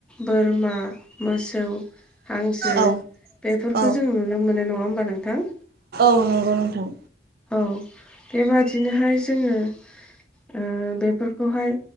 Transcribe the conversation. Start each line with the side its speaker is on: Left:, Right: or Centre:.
Centre: बोरमा। मोसौ, हांसो
Right: औ
Centre: बेफोरखौ
Right: औ
Centre: जों नुनो मोनो नङा होमबा नोंथां?
Right: अ नांगौ नोंथां।
Centre: औ बेबादिनोहाय जोङो। ओ बेफोरखौहाय,